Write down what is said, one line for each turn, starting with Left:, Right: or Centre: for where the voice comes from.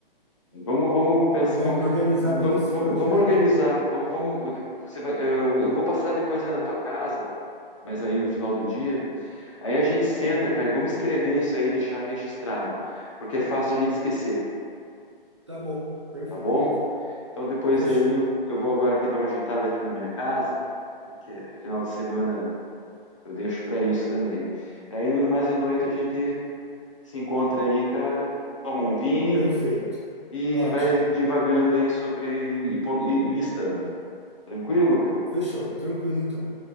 Left: Vamos, vamos pensar,
Right: organi-
Left: vamos,
Right: organizar
Left: vamos,
Right: bem esse
Left: vamos
Right: projeto.
Left: vamos organizar. Vamos, vamos, você vai, eu, eu vou passar depois aí na tua casa, mas aí no final do dia. Aí a gente senta, cara, e vamos escrever isso aí, e deixar registrado, porque é fácil a gente esquecer,
Right: Tá bom. Perfeito.
Left: tá bom? Então depois
Right: Fechou.
Left: aí eu, eu vou agora aqui dar uma ajeitada aqui na minha casa, que é final de semana eu deixo para isso também. Aí mais à noite a gente se encontra aí, cara, toma um vinho
Right: Perfeito.
Left: e
Right: Ótimo.
Left: vai divagando aí sobre e pondo- e- e listando. Tranquilo, cara?
Right: Fechou. Tranquilo, então.